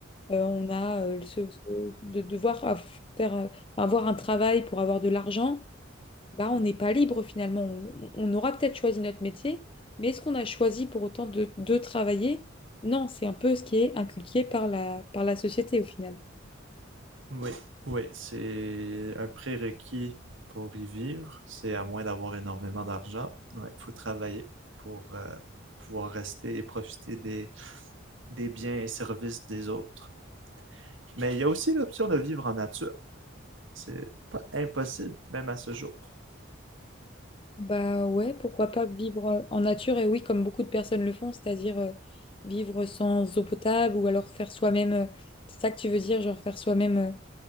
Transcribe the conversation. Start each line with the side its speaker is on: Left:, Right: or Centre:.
Left: Euh, on a euh, ce, ce- de devoir av- faire, euh, avoir un travail pour avoir de l'argent, bah, on n'est pas libre finalement. On, on aura peut-être choisi notre métier, mais est-ce qu'on a choisi pour autant de, de travailler? Non, c'est un peu ce qui est inculqué par la, par la société au final.
Right: Oui, oui, c'est un prérequis pour y vivre. C'est à moins d'avoir énormément d'argent. Ouais, faut travailler pour euh, pouvoir rester et profiter des, des biens et services des autres. Mais il y a aussi l'option de vivre en nature. C'est pas impossible, même à ce jour.
Left: Bah ouais, pourquoi pas vivre euh, en nature et oui, comme beaucoup de personnes le font, c'est-à-dire euh, vivre sans eau potable ou alors faire soi-même, euh, c'est ça que tu veux dire, genre faire soi-même euh,